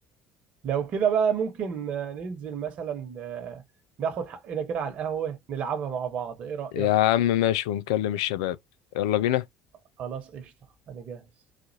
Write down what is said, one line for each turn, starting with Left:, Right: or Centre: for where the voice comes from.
Right: لو كده بقى ممكن آه، ننزل مثلا آه، ناخد حقنا كده على القهوة نلعبها مع بعض ايه رأيك
Left: يا عم ماشي ونكلم الشباب يلا بينا
Right: خلاص قشطة انا جاهز